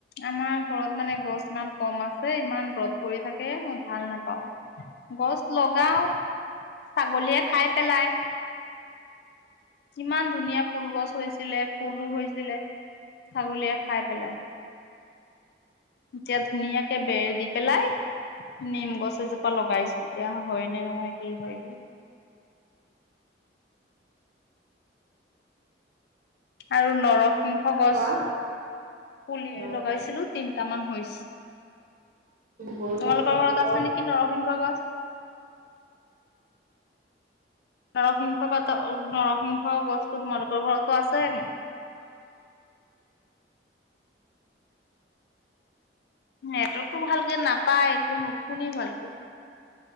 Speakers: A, on the left; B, on the right.
A: আমাৰ ঘৰত মানে গছ ইমান কম আছে, ইমান ৰ'দ পৰি থাকে মই ভাল নাপাওঁ। গছ লগাই, ছাগলীয়ে খাই পেলাই। কিমান ধুনীয়া ফুল গছ হৈছিলে, ফুলো হৈছিলে। ছাগলীয়ে খাই পেলালে। এতিয়া ধুনীয়াকে বেৰ দি পেলাই নিম গছ এজোপা লগাইছোঁ এতিয়া হয় নে নহয়, কি হয়গৈ। আৰু নৰসিংহ গছ
B: বা
A: পুলি
B: অ'
A: লগাইছিলো। তিনটামান হৈছে।
B: গৰু
A: তোমালোকৰ
B: থাকিলে
A: ঘৰত
B: গোবৰ
A: আছ নেকি নৰসিংহ গছ। নৰসিংহ পাত নৰসিংহ গছটো তোমালোকৰ ঘৰতো আছে নি? নেটৱৰ্কটো ভালকে নাপায়, একো নোশুনি ভালকৈ।